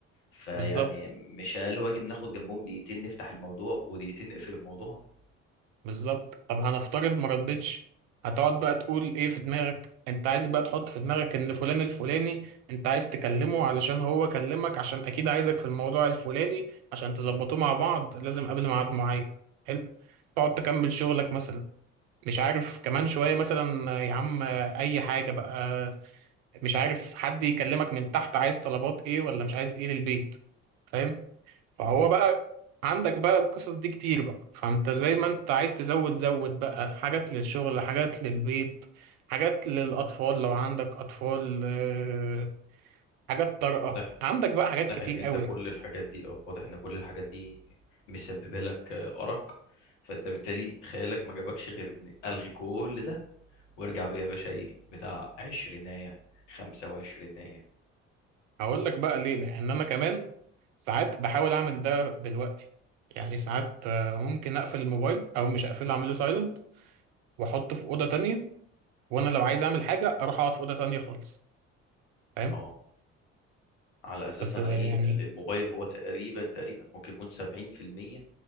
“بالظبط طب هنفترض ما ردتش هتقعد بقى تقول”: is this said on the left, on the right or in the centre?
Right